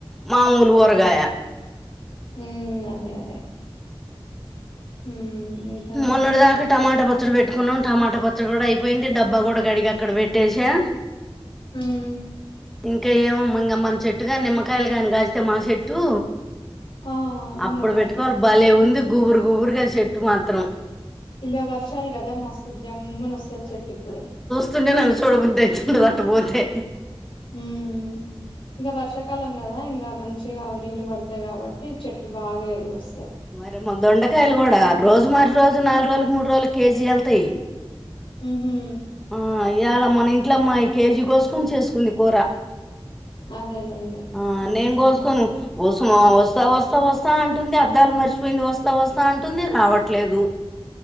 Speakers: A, in the centre; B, on the left.
A: మామూలు వరగాయ.
B: మ్ అదే అదే మ్ మ్
A: మొన్నటిదాకా టమాటా పచ్ పచ్చడి పెట్టుకున్నాం టమాటా పచ్చడి కూడా అయిపోయింది డబ్బా కూడా కడిగి అక్కడ పెట్టేషా
B: మ్
A: ఇంకా ఏమో మంగమ్మ చెట్టు కానీ నిమ్మకాయలు కాని కాస్తే మా చెట్టు
B: ఆ నిమ్మకాయలు
A: అప్పుడు పెట్టుకోవాలి
B: పెట్టుకుంటారా
A: బలే ఉంది గుబురు గుబురుగా చెట్టు మాత్రం.
B: ఇంగ వర్షాలు కదా మస్తు జమ్ముని వస్తాది చెట్టు ఇప్పుడు
A: చున్న నా చూడ బుధయుతుంది అటు పోతే
B: మ్ ఇగ వర్ష కు కలం కదా ఇంగ మంచిగా నీళ్ళు పడతాయి కాబట్టి చెట్టు బాగా ఎరిగ పోస్తాది.
A: మరేమో దొండకాయలు కూడా రోజు మరి రోజు నాలుగు రోజులకు మూడు రోజుల కేజీ ఎల్తాయ్
B: మ్ హా
A: ఆ ఇయాల మన ఇంట్లో మాయి కేజీ కోసుకొని చేసుకుంది కూర.
B: అదేలేండి
A: ఆ
B: హ్మ్
A: నేను కోసుకోను. వసుమా వస్తా వస్తా వస్తా అంటుంది అద్దాలు మర్చిపోయింది వస్తా వస్తా అంటుంది రావట్లేదు.